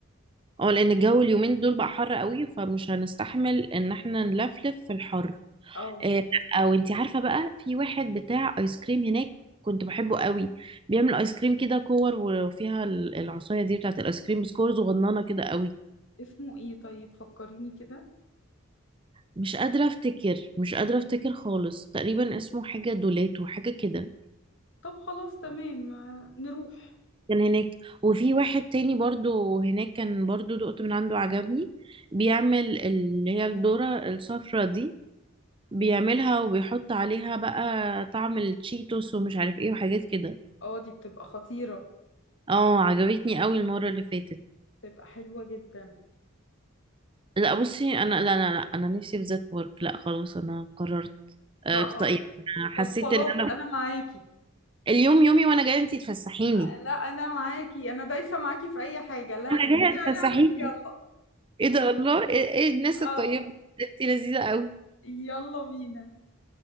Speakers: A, on the right (about 25°); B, on the left (about 60°).
A: اه لأن الجو اليومين دول بقى حر قوي فمش هنستحمل إن احنا نلفلف في الحر
B: او
A: آه، لا وانتي عارفه بقى في واحد بتاع ايس كريم هناك كنت بحبه قوي بيعمل ايس كريم كده كور وفيها ال- العصايه دي بتاعت الايس كريم بس كور صغننه كده قوي
B: اسمه ايه طيب فكريني كده
A: مش قادره افتكر مش قادره افتكر خالص تقريبا اسمه حاجه دولاتو حاجه كده
B: طب خلاص تمام آه، نروح
A: كان هناك وفي واحد تاني برضو هناك كان برضو دقت من عنده عجبني بيعمل اللي هي الذره الصفرا دي بيعملها وبيحط عليها بقى طعم التشيتوس ومش عارف ايه وحاجات كده
B: اه دي بتبقى خطيرة
A: اه عجبتني قوي المرة اللي فاتت
B: بتبقى حلوة جدا
A: لا بصي انا لا لا لا انا نفسي في ذات ورك لا خلاص انا قررت آه،
B: لا
A: اقت-
B: خلاص
A: يعني حسيت
B: طب خلاص
A: ان انا
B: انا معاكي
A: اليوم يومي وانا جايه انتي تفسحيني
B: آه، لا انا معاكي انا دايسة معاكي في اي حاجة اللي هتقولي
A: انا جايه
B: عليها
A: تفسحيني
B: اقول لك يلا
A: ايه ده الله ايه إيه الناس الطيبه
B: اه
A: دي؟ انتي لذيذه قوي
B: يلا بينا